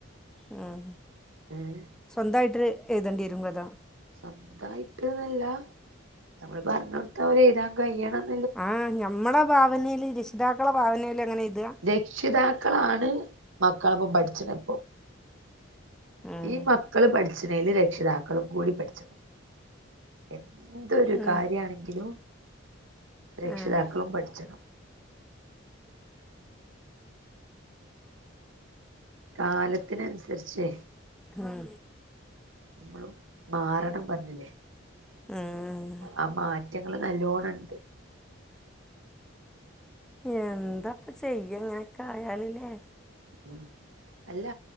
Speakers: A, in the centre; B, on the right (about 85°).
A: ഉം
B: ഏഹ്
A: സ്വന്തായ്ട്ട് എയ്തെണ്ട്യേരും കഥാ
B: സ്വന്തായ്ട്ട്ന്നെല്ലാ നമ്മള് പർഞ്ഞൊട്ത്ത പോലെ എയ്താം കയ്യെണം
A: ആഹ് ഞമ്മളെ ഭാവനേല് രഷിതാക്കളെ ഭാവനേല് അങ്ങെനെയ്താ
B: രക്ഷിതാക്കളാണ് മക്കളെപ്പം പഠ്ച്ച്ണെപ്പെം
A: ഉം
B: ഈ മക്കള് പഠ്ച്ച്ണേല് രക്ഷിതാക്കളും കൂടി പഠ്ച്ചെണം എന്തൊരു
A: ഉം
B: കാര്യാണെങ്കിലും രക്ഷിതാക്കളും
A: ആഹ്
B: പഠ്ച്ചെണം കാലത്ത്നൻസര്ച്ചേ
A: ഉം
B: മ്മളും മാറണം പർഞ്ഞ്ല്ലേ
A: ആഹ്
B: ആ മാറ്റങ്ങെള് നല്ലോണണ്ട്
A: എന്താപ്പ ചെയ്യാ ഇങ്ങെനൊക്കെ ആയാല് ലേ
B: ഉം അല്ല